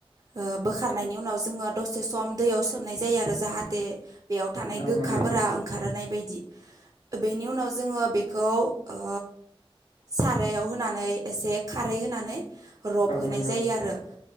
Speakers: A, on the right (about 40°); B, on the left (about 80°).
A: ओ बोखारनायनि उनाव जोङो दसे सम दैयाव सोमनाय जायो आरो जाहाथे बेयाव थानाय गोखाफोरा
B: औ नंगौ
A: ओंखारोनाय बायदि बेनि उनाव जोङो बेखौ ओ सारायाव होनानै एसे खारै होनानै रब
B: औ
A: होनाय
B: नंगौ
A: जायो आरो।